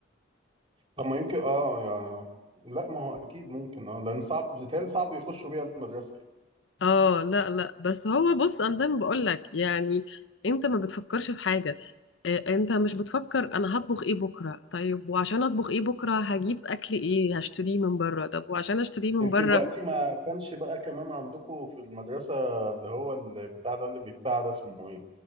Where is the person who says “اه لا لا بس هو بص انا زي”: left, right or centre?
Left